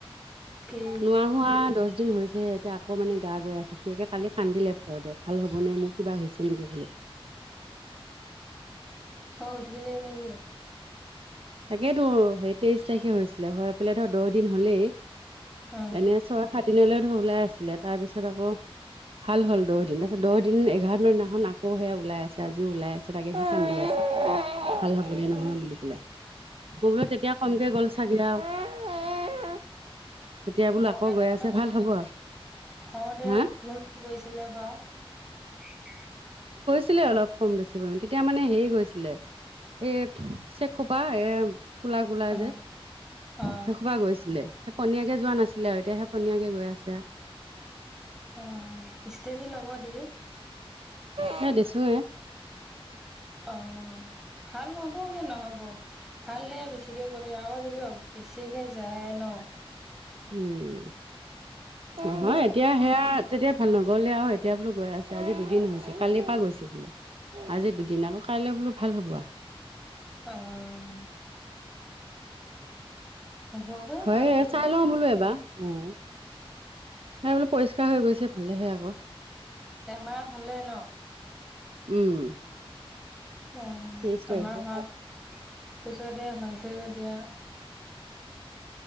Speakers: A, in the centre; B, on the right (about 70°).
A: কি
B: নোৱাৰ হোৱা দশ দহ দিন হৈছেহে এতিয়া আকৌ মানে গা গৈ আছে সিয়ে কালি কান্দিলে ভয়তে ভাল হ'বনে মোৰ কিবা হৈছে নেকি বোলে।
A: অ, সুধিলে নেকি?
B: তাকেইতো সেই তেইশ তাৰিখে হৈছিলে হয় পেলাই ধৰ দহ দিন হলেই ।
A: অ
B: এনে ছয় সাত দিনলৈ ওলাই আছিলে তাৰপিছত আকৌ <unintelligible> ভাল হল দহ দিন তাৰপিছত দহ দিন এঘাৰ দিনৰ দিনাখন আকৌ ওল আছে আজি ওলাই আছে তাকে সেই কান্দি আছে । ভাল হ'ব দে নহয় বুলি পেলাই। <unintelligible> মোৰ বোলো তেতিয়া কমকে গ'ল চাগে আৰু। <unintelligible>
A: <unintelligible>
B: বোলো
A: অ,
B: আকৌ
A: দে
B: গৈ আছে ভাল হ'ব
A: -
B: আৰু।
A: অ, দে
B: হা
A: অকমান গৈছিলে বাও। <unintelligible>
B: ছিলে অলপ কম বেছি পৰি তেতিয়া মানে হেৰি গৈছিলে এ চেগ খোপা এ কোলা - কোলা
A: অ
B: যে
A: অ
B: সেই সোপা গৈছিলে পনীয়াকে যোৱা নাছিলে আৰু এতিয়াহে পনিয়াকে গৈ আছে ।
A: অ, ইচট্ৰেফ্ৰি লগাব দি।
B: হ দিছোয়ে <unintelligible>
A: অ, ভাল হ'বগে নহব ভালহে বেছিকে গ'লে আ যদি বেছিকে যায় ন
B: উম, নহয়
A: ন
B: এতিয়া সেয়া তেতিয়া ভাল নগৰলে আৰু এতিয়া বোলো গৈ আছে আজি দুদিন হৈছে কালিৰ পৰা গৈছে বোলে । আজি দুদিন আকৌ কাইলৈ বোলো ভাল হ'ব আ
A: অ', হ'বগৈ
B: হয়
A: ভাল এয়া
B: চাই লও বোলো এবাৰ। উম, সেই বোলো পৰিষ্কাৰ হৈ গৈছে ভালেকে আকৌ ।
A: এমাহ হলেই ন।
B: উম,
A: অ
B: তেইশ তাৰিখে
A: আমাৰ হোৱা পিছতে হৈছে যেতিয়া <unintelligible>